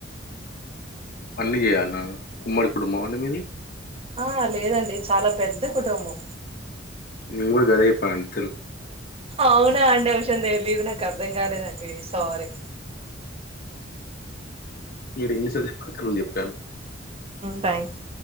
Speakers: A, on the left; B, on the right.
A: పన్న చేయాలన్న ఉమ్మడి కుటుబ అన్న మీది
B: ఆ లేదండి చాలా పెద్ద కుటుంబం
A: ని కూడా గది ఇప్పండి
B: అవునా అండి అమిషం తెలీదు నాకు అర్థం కాలేనండి సారీ
A: మీరు ఇంగ్లీష్ లో చెప్పారు క నువను చెప్పాను
B: థ్యాంక్స్